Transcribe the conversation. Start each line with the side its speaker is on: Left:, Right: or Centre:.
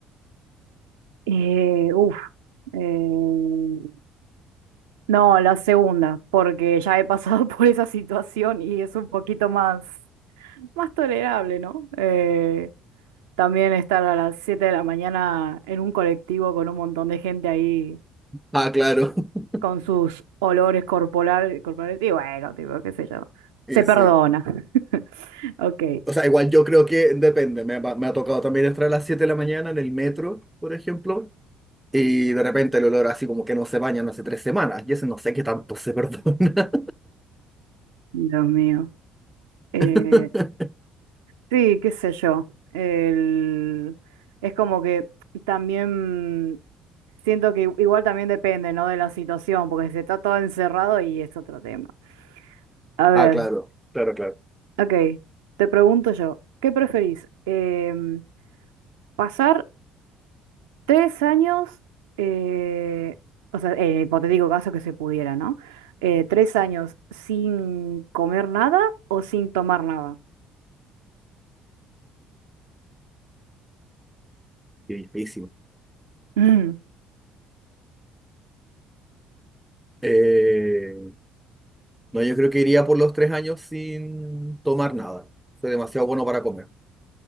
Right: Eh, uf. eh, No, la segunda, porque ya he pasado <laughs> por esa situación y es un poquito más, más tolerable, ¿no? Eh, también estar a las 7 de la mañana en un colectivo con un montón de gente ahí
Centre: Ah, claro. <laughs>
Right: con sus olores corporal, corporales y bueno, tipo, qué sé yo,
Centre: Sí,
Right: se perdona.
Centre: sí.
Right: <laughs> Ok,
Centre: O sea, igual yo creo que depende. Me, ha me ha tocado también entrar a las 7 de la mañana en el metro, por ejemplo, y de repente el olor así como que no se bañan hace tres semanas. Y ese no sé qué tanto se perdona.
Right: Dios mío. Eh,
Centre: <laughs>
Right: sí, qué sé yo. El... Es como que también Siento que igual también depende, ¿no? De la situación, porque si está todo encerrado y es otro tema. A ver,
Centre: Ah, claro, claro, claro.
Right: ok, te pregunto yo, ¿qué preferís? Em, ¿pasar tres años, eh, o sea, en el hipotético caso que se pudiera, ¿no? Eh, ¿tres años sin comer nada o sin tomar nada?
Centre: Qué difícil.
Right: <clears throat> <laughs>
Centre: Eh, no, yo creo que iría por los tres años sin tomar nada. Soy demasiado bueno para comer.